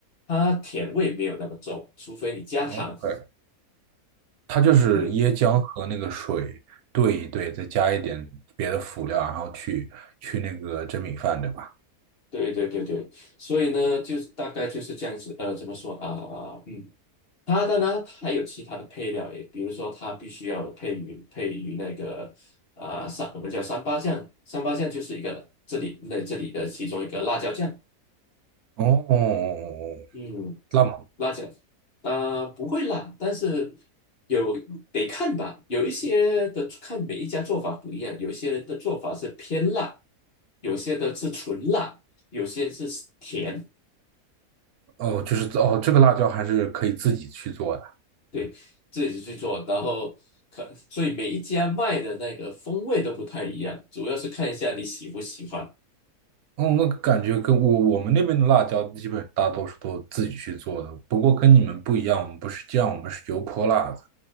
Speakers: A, on the left; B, on the right.
A: 它甜味没有那么重，除非你加糖。
B: ？OK，它就是椰浆和那个水兑一兑，
A: 嗯，
B: 再加一点别的辅料，然后去去那个蒸米饭，对吧？
A: 对对对对，所以呢，就是大概就是这样子。呃，怎么说啊？啊啊嗯，它当然它还有其他的配料也，比如说它必须要配于配于那个啊、三，我们叫三八酱，三八酱就是一个这里那这里的其中一个辣椒酱。
B: 哦，哦哦哦
A: 嗯。
B: 辣么
A: 辣椒，啊，不会辣，但是有得看吧。有一些的看每一家做法不一样，有些人的做法是偏辣，有些的是纯辣，有些是甜。
B: 哦，就是哦，这个辣椒还是可以自己去做的。
A: 对，自己去做，然后可，所以每一家卖的那个风味都不太一样，主要是看一下你喜不喜欢。
B: 哦，那感觉跟我我们那边的辣椒基本大多数都自己去做的，不过跟你们不一样，我们不是酱，我们是油泼辣子，